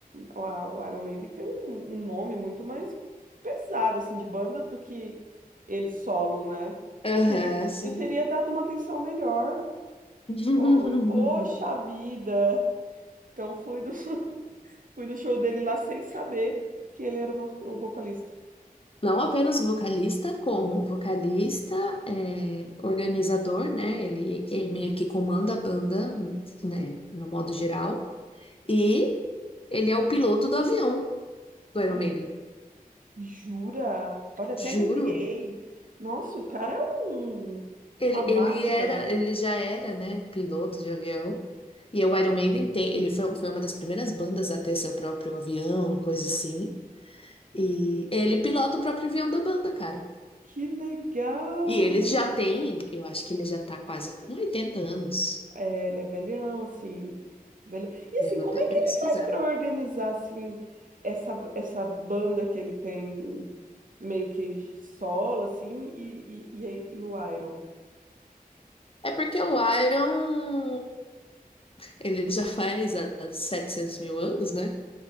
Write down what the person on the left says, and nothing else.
Aham,
sim.
<laughs>
Não apenas vocalista, como vocalista, é, organizador, né? Ele é meio que comanda a banda, né? No modo geral. E ele é o piloto do avião do Iron
Maiden.
Juro.
Ele,
ele era, ele já era, né, piloto de avião. E o Iron Maiden tem, ele foi, foi uma das primeiras bandas a ter seu próprio avião e coisa assim. E ele pilota o próprio avião da banda, cara.
E ele já tem, eu acho que ele já tá quase com 80 anos.
Eu vou
até
pesquisar.
É porque o Iron, ele já faz há 700 mil anos, né?